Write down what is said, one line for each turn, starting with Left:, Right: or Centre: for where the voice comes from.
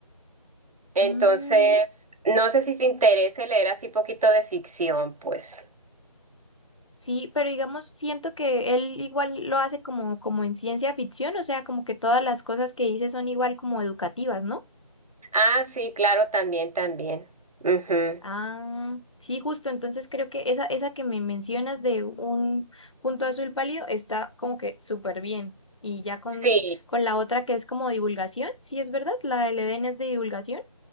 Right: entonces,
Left: mm,
Right: no sé si te interese leer así poquito de ficción, pues.
Left: sí, pero digamos, siento que él igual lo hace como, como en ciencia ficción, o sea, como que todas las cosas que dice son igual como educativas, ¿no?
Right: Ah, sí, claro, también, también. Ujú.
Left: Ah, sí, justo. Entonces creo que esa, esa que me mencionas de un punto azul pálido está como que súper bien. Y ya con,
Right: Sí.
Left: con la otra que es como divulgación, sí es verdad, la del Edén es de divulgación.